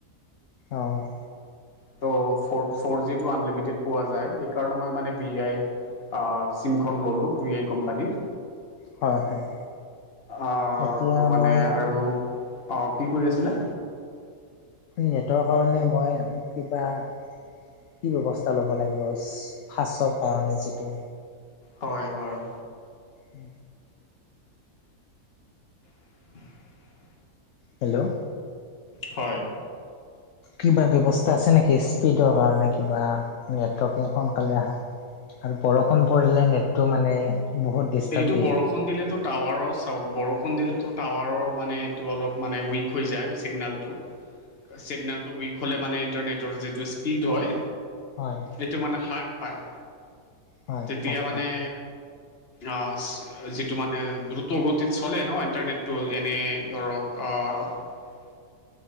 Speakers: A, on the left (about 65°); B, on the left (about 45°).
A: অ',
B: ত' ফৰ জিটো আনলিমিটেড পোৱা যায় সেইকাৰণে মই মানে ভি আই, চিমখন ল'লোঁ ভি আই কোম্পানীৰ।
A: হয় হয়
B: অহ
A: এতিয়া
B: তো মানে
A: মই
B: আৰু। অ' কি কৰি আছিলে?
A: নেটৰ কাৰণে মই কিবা। কি ব্যৱস্থা ল'ব লাগিব ফাঁচৰ কাৰণে যিটো।
B: হয়-হয়।
A: অ,
B: <inaudible>
A: হেল্ল',
B: হয়।
A: কিবা ব্যৱস্থা আছে নেকি স্পীডৰ কাৰণে কিবা নেটৱৰ্কিং সোনকালে আহা। আৰু বৰষুণ পৰিলে নেটটো মানে বহুত ডিষ্টাৰ্ব
B: এইটো
A: দিয়ে
B: বৰষুণ দিলেতো টাৱাৰৰ চাওক বৰষুণ দিলে। টো টাৱাৰৰ মানে এইটো অলপ মানে উইক হৈ যায় চিগনেলটো। চিগনেলটো উইক হ'লে মানে ইণ্টাৰনেটৰ যিটো স্পীড হয়।
A: হয়
B: এইটো মানে হ্ৰাস পায়
A: হয়
B: তেতিয়া
A: হাত
B: মানে।
A: পায়
B: অ' যিটো মানে দ্ৰুত গতিত চলে ন ইন্টাৰনেটটো এনে ধৰক অ', অ',